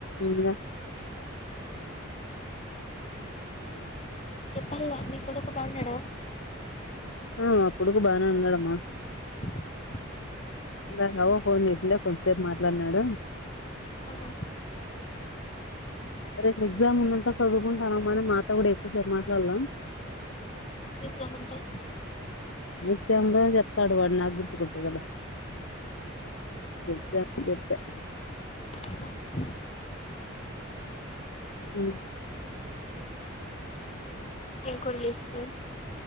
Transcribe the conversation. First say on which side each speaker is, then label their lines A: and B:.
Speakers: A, on the left; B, on the left.
A: ఇంకా
B: చెప్పాలే నీ కొడుకు బాగున్నాడా
A: ఆ నా కొడుకు బానే ఉన్నాడమ్మా
B: <inaudible>
A: ఇందాక అవ్వ ఫోన్ చేసిందా కొద్ది సేపు మాట్లాడినాడు
B: ఆ
A: రేపు ఎగ్జామ్ ఉన్న చదువుకుంటానమ్మ అని మాతో కూడా ఎక్కువసేపు మాట్లాలా
B: మీస ఉంటా
A: మీసయమంలో చెప్తాడు వాడు నాకు గుర్తుకుంటే కదా ఎక్సంపుల్ చెప్పా
B: <inaudible>
A: ఆమ్
B: ఏం కూర <unintelligible> చేసిట్